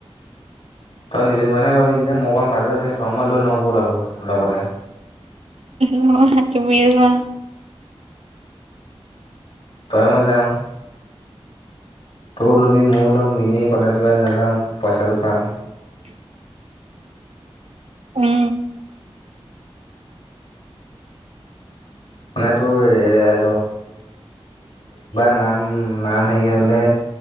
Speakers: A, on the left; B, on the right.
A: তই নিজৰ মইে ভাবি যেতিয়া মই পাম বাজাৰতি তই মই লৈ লব লাগো লগতে।
B: লোৱা তুমিয়ে লোৱা।
A: তই মই যাম। তয়ো ল'বি মইয়ো ল'ম এনেই ক'লেজ। ত নাযাওঁ পইচাটো পাম
B: উম উম
A: মানে তোৰ এ নাম নাম হেৰি হলে।